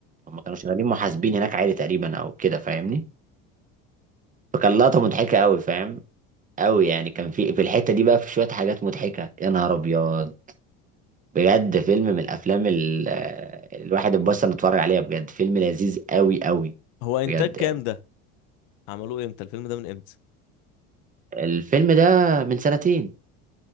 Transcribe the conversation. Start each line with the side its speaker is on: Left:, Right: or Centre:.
Right: هم كانوا شغالين محاسبين هناك عادي تقريبا او كده فاهمني فكان لقطه مضحكه قوي فاهم قوي يعني كان في في الحته دي بقى في شويه حاجات مضحكه يا نهار ابيض بجد فيلم من الافلام ال- آه، الواحد اتبسط نتفرج عليها بجد فيلم لذيذ قوي قوي
Left: هو انتاج
Right: بجد
Left: كام
Right: يعني
Left: ده عملوه امتى الفيلم ده من امتى
Right: الفيلم ده من سنتين